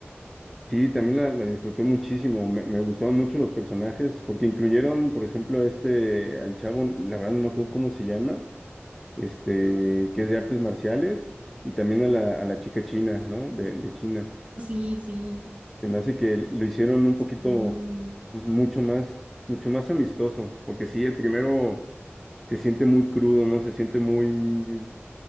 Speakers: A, in the centre; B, on the right.
A: Sí, también la, la disfruté muchísimo. Me, me gustaron mucho los personajes porque incluyeron, por ejemplo, este, al chavo, la verdad no me acuerdo cómo se llama, este, que es de artes marciales, y también a la, a la chica china, ¿no? De, de China.
B: Ah, Sí, sí,
A: Se me hace que lo hicieron un
B: sí,
A: poquito,
B: sí.
A: pues mucho más, mucho más amistoso, porque sí, el primero se siente muy crudo, ¿no? Se siente muy...